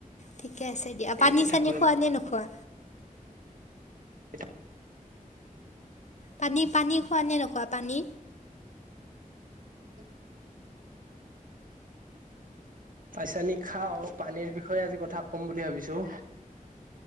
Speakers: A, on the left (about 55°); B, on the right (about 70°).
A: ঠিকে আছে দিয়া, পানী
B: এনেই
A: চানী
B: থাকো এনে
A: খোৱা নে' নোখোৱা?
B: থাকো
A: পানী-পানী খোৱা নে' নোখোৱা পানী?
B: <inaudible> পানী- চানি খাওঁ পানীৰ বিষয়ে আজি কথা কম বুলি ভাবিছোঁ।